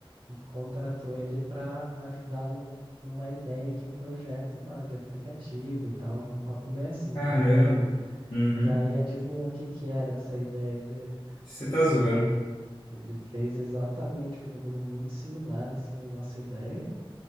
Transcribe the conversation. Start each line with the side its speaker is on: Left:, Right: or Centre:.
Right: e contratou ele para ajudar num, numa ideia de projeto lá, de aplicativo e tal, com um papo meio assim,
Left: Caramba.
Right: tá ligado?
Left: Uhum.
Right: E daí adivinha o que que era essa ideia dele?
Left: Você tá zoando.
Right: Ele fez exatamente um bagulho muito similar assim à nossa ideia,